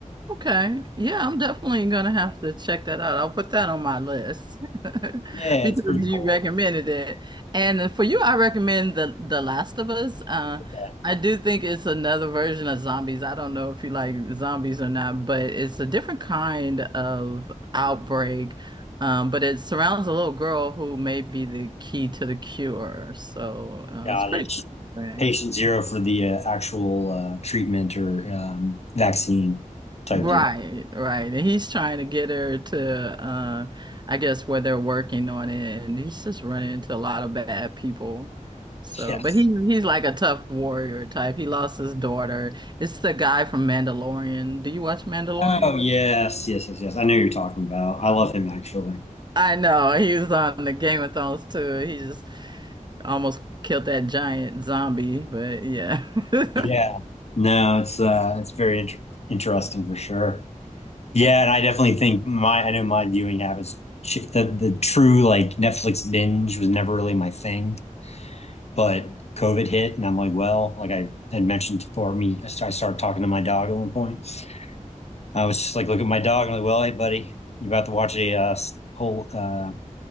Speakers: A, on the right (about 35°); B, on the left (about 55°).
A: Okay. Yeah, I'm definitely gonna have to check that out. I'll put that on my list <laughs>
B: Yeah,
A: because
B: it's pretty
A: you
B: cool.
A: recommended it. And for you, I recommend the The Last of Us. Uh,
B: Okay,
A: I do think it's another version of zombies. I don't know if you like zombies or not, but it's a different kind of outbreak. Um, but it surrounds a little girl who may be the key to the cure. So uh,
B: got
A: it's pretty.
B: it.
A: interesting.
B: Patient zero for the uh, actual uh, treatment or um, vaccine type
A: Right,
B: deal.
A: right. And he's trying to get her to uh I guess where they're working on it and he's just running into a lot of bad people. So,
B: Yes.
A: but he's he's like a tough warrior type. He lost his daughter. It's the guy from Mandalorian. Do you watch Mandalorian?
B: Oh, yes, yes, yes, yes. I know who you're talking about. I love him actually.
A: I know. He was on the Game of Thrones too. He just almost killed that giant zombie, but yeah. <laughs>
B: Yeah. No, it's uh, it's very inter interesting for sure. Yeah, and I definitely think my I know my viewing habits. ch- The the true like Netflix binge was never really my thing. But COVID hit, and I'm like, well, like I had mentioned before, me, I started talking to my dog at one point. I was just like, look at my dog, and I'm like, well, hey, buddy, you about to watch a uh, whole uh,